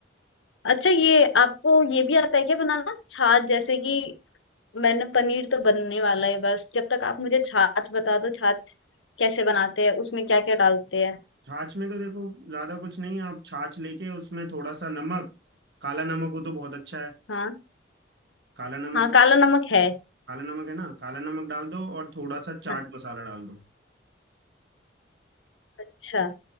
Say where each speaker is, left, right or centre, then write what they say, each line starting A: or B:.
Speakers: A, on the left; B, on the right.
A: अच्छा ये आपको ये भी आता है क्या बनाना छाछ जैसे कि मैंने पनीर तो बनने वाला है बस जब तक आप मुझे छाछ बता दो छाछ कैसे बनाते हैं उसमें क्या क्या डालते हैं
B: छाछ में तो देखो ज्यादा कुछ नहीं है आप छाछ लेके उसमें थोड़ा सा नमक काला नमक हो तो बहुत अच्छा है
A: हाँ
B: काला नमक
A: हाँ
B: डा-
A: काला नमक है
B: काला नमक है ना काला नमक डाल दो और थोड़ा सा चाट
A: हाँ,
B: मसाला डाल दो
A: अच्छा